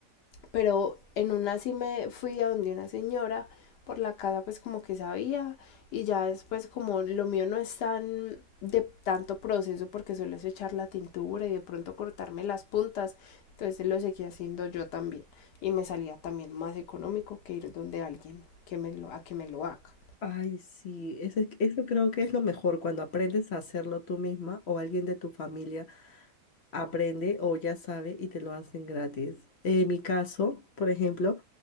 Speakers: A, on the left (about 85°); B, on the left (about 65°).
A: Pero en una sí me fui a donde una señora por la casa pues como que sabía y ya después como lo mío no es tan de tanto proceso porque suelo echar la tintura y de pronto cortarme las puntas, entonces lo seguí haciendo yo también y me salía también más económico que ir donde alguien que me lo, a que me lo haga.
B: Ay, sí, eso, es- eso creo que es lo mejor cuando aprendes a hacerlo tú misma o alguien de tu familia aprende o ya sabe y te lo hacen gratis. En mi caso, por ejemplo,